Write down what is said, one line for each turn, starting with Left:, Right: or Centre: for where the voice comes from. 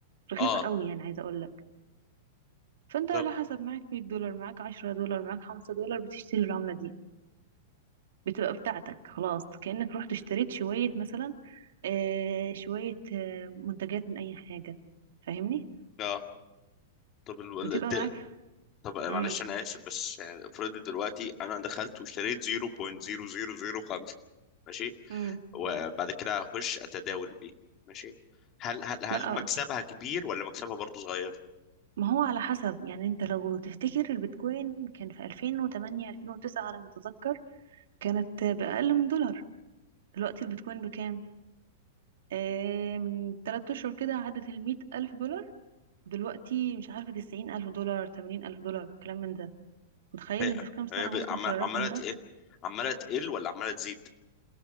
Right: رخيصة
Left: اه
Right: قوي يعني عايزة أقول لك فأنت
Left: طب
Right: على حسب معاك مية دولار معاك عشرة دولار معاك خمسة دولار بتشتري العملة دي بتبقى بتاعتك خلاص كأنك رحت اشتريت شوية مثلا آه شوية آه منتجات من أي حاجة فاهمني
Left: اه طب ال... ال...
Right: بتبقى
Left: الد-
Right: معاك
Left: طب معلش
Right: امم
Left: انا اسف بس يعني افرضي دلوقتي انا دخلت واشتريت 0.0005 ماشي
Right: امم
Left: وبعد كده هخش اتداول بيه ماشي هل هل هل
Right: لا
Left: مكسبها كبير ولا مكسبها برضه صغير
Right: ما هو على حسب يعني انت لو تفتكر البيتكوين كان في 2008 2009 على ما اتذكر كانت بأقل من دولار دلوقتي البيتكوين بكام آه من 3 اشهر كده عدت المية ألف دولار دلوقتي مش عارفة تسعين ألف دولار تمانين ألف دولار كلام من ده متخيل
Left: هي
Right: انت في كام سنة
Left: هي ب-
Right: وصلت
Left: عم-
Right: للرقم
Left: عماله تقل
Right: ده
Left: عماله تقل ولا عماله تزيد